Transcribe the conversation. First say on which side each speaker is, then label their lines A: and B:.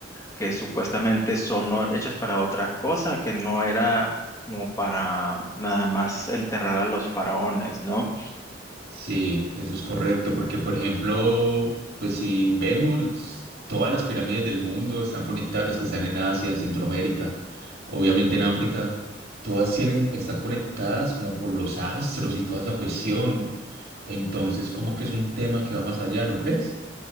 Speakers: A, on the left; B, on the right.
A: que supuestamente son ¿no? hechas para otra cosa, que no era como para nada más enterrar a los faraones, ¿no?
B: Sí, eso es correcto, porque por ejemplo, pues si vemos todas las pirámides del mundo están conectadas, las que están en Asia, en Centroamérica, obviamente en África, todas tienen, están conectadas como por los astros y toda esa cuestión. Entonces, como que es un tema que va más allá, ¿no crees?